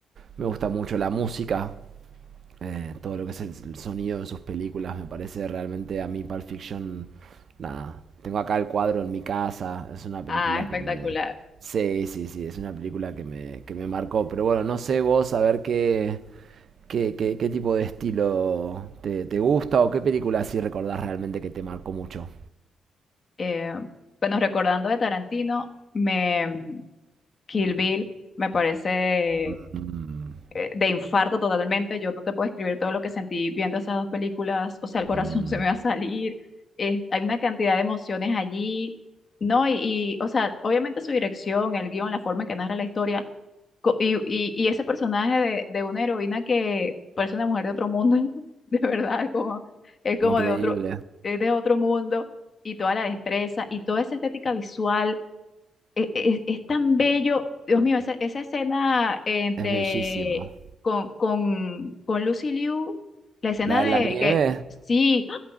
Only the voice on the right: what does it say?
me gusta mucho la música, eh, todo lo que es el, el sonido de sus películas, me parece realmente a mí Pulp Fiction, nada. Tengo acá el cuadro en mi casa, es una película
que me... Sí, sí, sí, es una película que me, que me marcó. Pero bueno, no sé vos, a ver qué, qué, qué, qué tipo de estilo te, te gusta o qué película así recordás realmente que te marcó mucho.
Mm.
Mm,
increíble.
Es bellísimo.
¿La de
la nieve?